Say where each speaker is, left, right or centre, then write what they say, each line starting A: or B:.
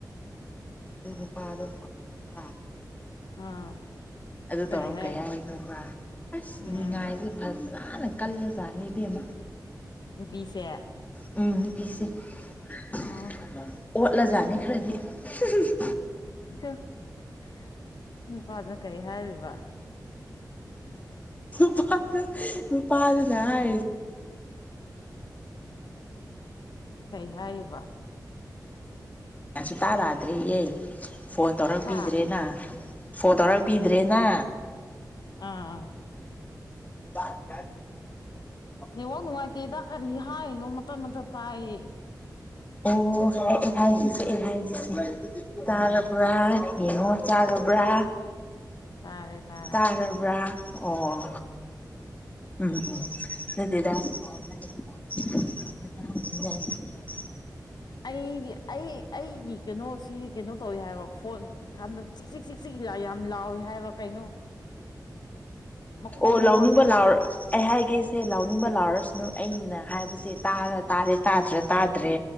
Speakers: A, on the left (about 20°); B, on the left (about 75°).
A: ꯑꯗꯨ ꯅꯨꯄꯥꯗꫭ ꯐꫭꯟ ꯇꯧꯔꯛꯄ꯫
B: ꯑꯥ
A: ꯑꯗꯨ
B: ꯀꯔꯤ
A: ꯇꯧꯔꯛ
B: ꯍꯥꯏꯕ
A: ꯀꯩ ꯍꯥꯏ ꯈꯕ꯭ꯔꯥ ꯑꯁ
B: ꯎꯝ
A: ꯅꯤꯉꯥꯏꯁꯦ <unintelligible> <unintelligible> ꯀꯜꯂꯖꯥꯠꯅꯤ ꯏꯕꯦꯝꯃꯥ꯫
B: ꯅꯨꯄꯤꯁꯦ꯫
A: ꯎꯝ ꯅꯨꯄꯤꯁꯦ꯫ <unintelligible>
B: ꯎꯝ
A: ꯑꯣꯠꯂꯖꯥꯅꯤ ꯈ꯭ꯔꯗꯤ <unintelligible>
B: <unintelligible> ꯅꯨꯄꯥꯗꯨꯅ ꯀꯩ ꯍꯥꯏꯔꯤꯕ꯫
A: <unintelligible> ꯅꯨꯄꯥꯗꯨꯅ ꯍꯥꯏꯔꯤ꯫
B: ꯀꯩ ꯍꯥꯏꯔꯤꯕ꯫
A: ꯁꯨꯛꯇꯥ ꯇꯥꯗ꯭ꯔꯦꯌꯦ ꯐꯣꯟ ꯇꯧꯔꯛꯄꯤꯗ꯭ꯔꯦꯅ
B: ꯍꯥ
A: ꯐꯣꯟ ꯇꯧꯔꯛ ꯄꯤꯗ꯭ꯔꯦꯅ꯫
B: ꯑꯥ ꯑꯥ꯫
A: <unintelligible>
B: ꯅꯦꯠꯋꯥꯛ ꯅꯨꯡꯉꯥꯏꯇꯤꯦꯗ ꯈꯔꯤ <unintelligible> <unintelligible> ꯃꯇꯥꯠ ꯃꯇꯥꯠ꯫ ꯇꯥꯏꯌꯦ꯫
A: ꯑꯣ ꯑꯩ ꯍꯥꯏꯒꯦꯁꯦ ꯑꯩ ꯍꯥꯏꯒꯦꯁꯦ꯫ ꯇꯥꯔꯕ꯭ꯔꯥ꯫
B: ꯎꯝ
A: ꯌꯦꯉꯣ ꯆꯥꯔꯕ꯭ꯔꯥ꯫
B: ꯇꯥꯔꯦ ꯇꯥꯔꯦ
A: ꯇꯥꯔꯕ꯭ꯔꯥ ꯑꯣ꯫ ꯎꯝ ꯎꯝ ꯅꯠꯇꯦꯗ <unintelligible>
B: ꯑꯩꯒꯤ ꯑꯩ ꯑꯩꯒꯤ ꯀꯩꯅꯣꯁꯤ ꯀꯩꯅꯣ꯫ ꯇꯧꯏ ꯍꯥꯏꯕ ꯐꯣꯟ ꯌꯥꯝꯂꯥꯎꯋꯤ ꯍꯥꯏꯕ ꯐꯕ ꯆꯤꯛ ꯆꯤꯛ ꯆꯤꯛ ꯆꯤꯛ ꯌꯥꯝ ꯂꯥꯎꯏ ꯍꯥꯏꯕ ꯀꯩꯅꯣ ꯃꯈꯣꯟ
A: ꯑꯣ
B: ꯃꯋꯥ
A: ꯂꯥꯎꯅꯤꯡꯕ
B: ꯌꯥꯝ
A: ꯂꯥꯎꯔꫭ ꯑꯩ ꯍꯥꯏ꯫ ꯒꯦꯁꯦ ꯂꯥꯎꯅꯤꯡꯕ ꯂꯥꯎꯔꯁꯨꯅ ꯑꯩꯅ ꯍꯥꯏꯕꯁꯦ ꯇꯥꯔ ꯇꯥꯔꯦ ꯇꯥꯗ꯭ꯔ ꯇꯥꯗ꯭ꯔꯦ